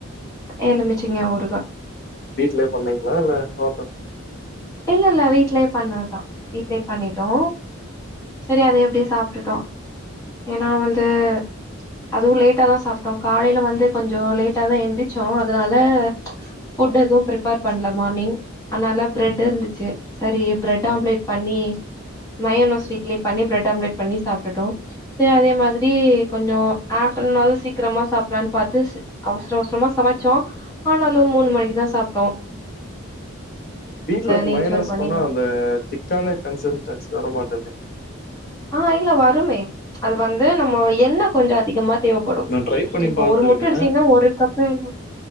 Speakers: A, on the left; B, on the left.
A: எலுமிச்சங்க ஊருகா
B: வீட்லயே பண்ணீங்களா இல்ல ஹோட்டல்
A: இல்ல இல்ல வீட்லயே பண்ணதுதா வீட்லயே பண்ணிட்டோ செரி அத எப்டியோ சாப்டிட்டுட்டோ ஏன்னா வந்து அதுவு லேட்டாதா சாப்ட்டோ காலையில வந்து கொஞ்சோ லேட்டாதா எந்திரிச்சோ அதனால ஃபுட் எதுவு பிரிபேர் பண்ல மார்னிங் அதனால ப்ரெட் இருந்துச்சு செரி ப்ரெட்
B: ஆ
A: ஆம்லேட் பண்ணி மயோனஸ் வீட்லயே பண்ணி ப்ரெட் ஆம்லெட் பண்ணி சாப்டுட்டோ சே அதே மாதிரி கொஞ்சோ ஆஃப்டர்நூன் ஆவது சீக்கரமா சாப்பலான் பாத்து ஸ் அவசர அவசரமா சமச்சோ ஆனாலு மூணு மணிக்குதா சாப்ட்டோ
B: வீட்ல
A: நெய்ச்சோறு
B: மையனஸ்
A: பண்ணி
B: பண்ணா அந்த திக்கான கன்சன்டன்சி வர மாட்டேது
A: ஆ இல்ல வருமே அது வந்து நம்ம எண்ண கொஞ்சோ அதிகமா தேவப் படும்
B: நா ட்ரை பண்ணி
A: இப்ப
B: பாத்துருக்கே
A: ஒரு முட்ட எடுத்தீங்கன்னா ஒரு கப்பு எண்